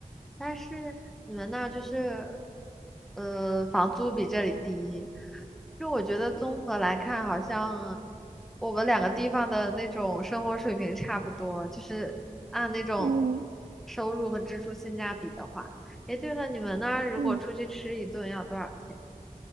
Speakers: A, in the centre; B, on the right (about 85°).
A: 但是你们那儿就是呃房租比这里低，就我觉得综合来看，好像我们两个地方的那种生活水平差不多，就是按那种
B: <laughs> 嗯
A: 收入和支出性价比的话。诶，对了，你们那儿如果出去吃一顿要多少钱？
B: 嗯。